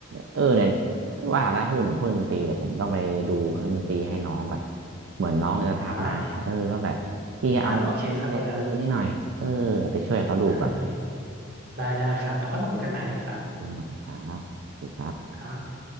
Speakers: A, on the right (about 70°); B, on the right (about 50°).
A: เออเนี่ยว่าแล้วพูดถึงเครื่องดนตรีเดี๋ยวผมต้องไปดูเครื่องดนตรีให้น้องก่อนเหมือนน้องจะทักมาเนี่ยเออก็แบบพี่เอาอันนี้อะไรซื้อนี่หน่อยเออไปช่วยเขาดูก่อน
B: อ่าอ่าโอเคครับก็ได้ได้ ได้ ได้ครับเดี๋ยวค่อยมาคุยกันใหม่ครับ
A: ดูหน่อยครับสวัสดีครับ
B: ครับ